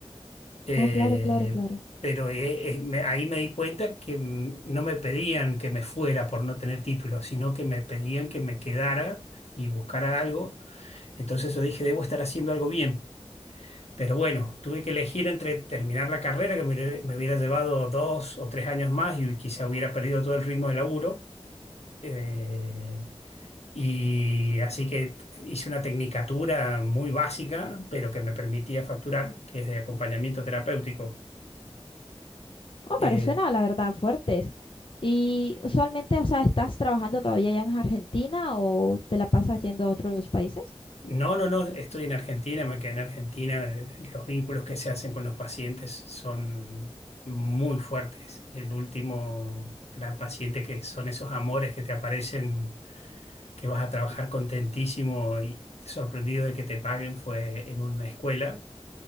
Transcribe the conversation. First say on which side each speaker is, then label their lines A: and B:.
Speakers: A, on the left; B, on the left.
A: Eh,
B: Oh, claro, claro, claro.
A: pero eh, eh, me- ahí me di cuenta que mm, no me pedían que me fuera por no tener título, sino que me pedían que me quedara y buscara algo. Entonces yo dije, debo estar haciendo algo bien. Pero bueno, tuve que elegir entre terminar la carrera, que me, hubiera me hubiera llevado dos o tres años más y quizá hubiera perdido todo el ritmo de laburo. Eh, y así que hice una tecnicatura muy básica, pero que me permitía facturar, que es de acompañamiento terapéutico.
B: Oh,
A: Eh,
B: pero suena, la verdad, fuertes. Y usualmente, o sea, ¿estás trabajando todavía allá en Argentina o te la pasas yendo a otros países?
A: no, no, no, estoy en Argentina, me quedé en Argentina. eh, Los vínculos que se hacen con los pacientes son muy fuertes. El último gran paciente que son esos amores que te aparecen que vas a trabajar contentísimo y sorprendido de que te paguen fue en una escuela,